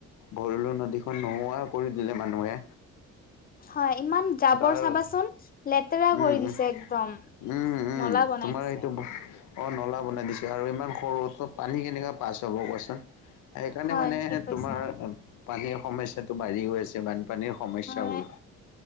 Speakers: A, on the left; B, on the left.
A: ভৰলু নদীখন নোহোৱা কৰি দিলে মানুহে।
B: হয়। ইমান জাবৰ
A: তাৰ
B: চাবাচোন লেতেৰা
A: উম
B: কৰি
A: উম
B: দিছে একদম।
A: উম, উম
B: নলা বনাই
A: তোমাৰ
B: দিছে
A: এইটো অ' নলা বনাই দিছে আৰু ইমান সৰুতো পানী কেনেকৈ পাছ হ'ব কোৱাচোন? সেইকাৰণে
B: হয়
A: মানে
B: ঠিক কৈছা
A: তোমাৰ পানীৰ সমস্যাটো বাঢ়ি গৈ আছে বানপানীৰ সমস্যাবোৰ।
B: হয়